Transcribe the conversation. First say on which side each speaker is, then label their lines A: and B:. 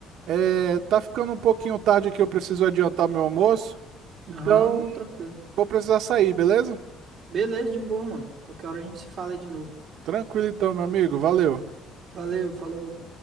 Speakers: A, on the right; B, on the right.
A: é, tá ficando um pouquinho tarde aqui, eu preciso adiantar meu almoço. Então,
B: Aham, não, tranquilo.
A: vou precisar sair, beleza?
B: Beleza, de boa, mano. Qualquer hora a gente se fala aí de novo.
A: Tranquilo então, meu amigo, valeu.
B: Valeu, falou.